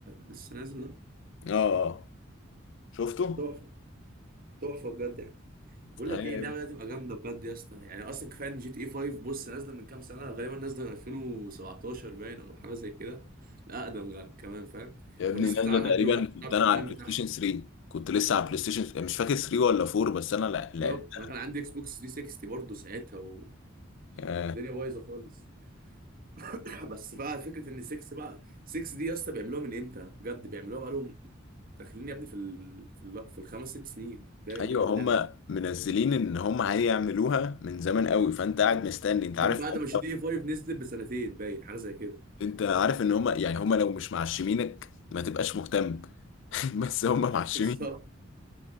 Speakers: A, on the right; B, on the left.
A: لسه نازل ده
B: اه آه. شفته
A: تحفة تحفة بجد يعني بقول
B: أيوة
A: لك ايه اللعبه دي هتبقى جامده بجد يا اسطى يعني اصلا كفايه ان جي تي اي 5 بص نازله من كام سنه غالبا نازله من 2017 باين او حاجه زي كده لا اقدم غ- كمان فاهم
B: يا
A: والناس
B: ابني يا ابني
A: بتلعب
B: نازله تقريبا
A: لحد دلوقتي بتلعب
B: كنت انا
A: الاونلاين
B: على البلاي
A: بتاعها
B: ستيشن 3 كنت لسه على البلاي ستيشن مش فاكر 3 ولا 4 بس انا لع- لعبت
A: بالظبط انا كان عندي اكس بوكس 360 برضه ساعتها وكانت
B: آه.
A: الدنيا بايظه خالص <clears throat> بس بقى فكره ان 6 بقى 6 دي يا اسطى بيعملوها من امتى بجد بيعملوها بقى لهم داخلين يا ابني في ال... في, ال... في الخمس ست سنين باين
B: ايوه
A: بيعملوا
B: هم
A: اللعبه
B: منزلين ان هم هيعملوها من زمان قوي فانت قاعد مستني انت
A: من
B: عارف
A: بعد
B: هم
A: ما جي تي اي 5 نزلت بسنتين باين حاجه زي كده
B: انت عارف ان هم يعني هم لو مش معشمينك ما تبقاش مهتم <laughs> بس هم معشمين
A: <laughs> بالظبط